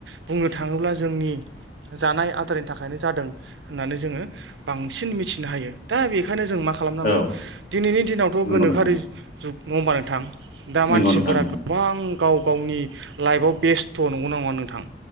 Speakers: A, on the right (about 80°); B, on the left (about 50°).
A: बुंनो थाङोब्ला जोंनि जानाय आदारनि थाखायनो जादों होननानै जोङो बांसिन मिथिनो हायो दा बे ओंखायनो जों मा खालामनांगौ
B: औ
A: दिनैनि दिनावथ'
B: नंगौ
A: गोनोखोआरि
B: नोंथां
A: जुग नङा होमबा नोंथां दा
B: नंगौ
A: मानसिफोर
B: नोंथां
A: फोर
B: नंगौ
A: गोबां गाव गावनि लाइफआव बेस्थ' नंगौ ना नङा नोंथां